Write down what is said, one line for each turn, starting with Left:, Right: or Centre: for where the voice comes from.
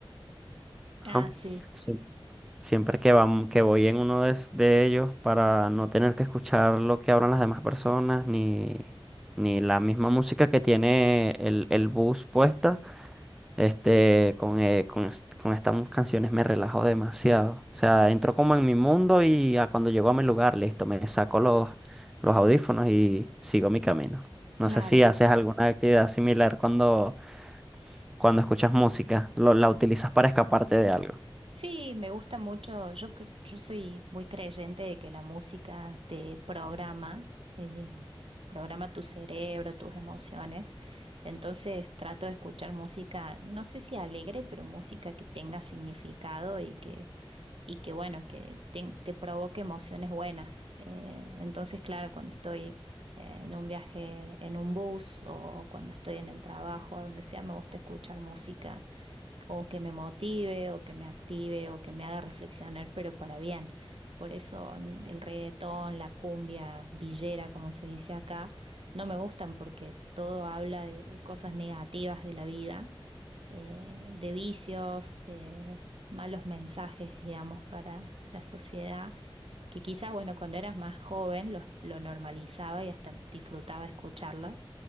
Centre: ajá.
Right: Ah, sí,
Centre: Sie- Siempre que vam- que voy en uno de, es- de ellos para no tener que escuchar lo que hablan las demás personas, ni, ni la misma música que tiene el, el bus puesta Este, con, eh, con, es- con estas mu- canciones me relajo demasiado. O sea, entro como en mi mundo y a cuando llego a mi lugar, listo, me saco los, los audífonos y sigo mi camino. No
Right: claro.
Centre: sé si haces alguna actividad similar cuando, cuando escuchas música, lo- la utilizas para escaparte de algo.
Right: Sí, me gusta mucho. Yo, cre- yo soy muy creyente de que la música te programa, eh, programa tu cerebro, tus emociones. Entonces trato de escuchar música, no sé si alegre, pero música que tenga significado y que, y que bueno, que te, te provoque emociones buenas. Eh, entonces, claro, cuando estoy eh, en un viaje en un bus o cuando estoy en el trabajo, a donde sea, me gusta escuchar música o que me motive, o que me active, o que me haga reflexionar, pero para bien. Por eso n- el reggaetón, la cumbia villera, como se dice acá, no me gustan porque todo habla de, de cosas negativas de la vida, eh, de vicios, de malos mensajes, digamos, para la sociedad, que quizás, bueno, cuando eras más joven lo, lo normalizaba y hasta disfrutaba escucharlo,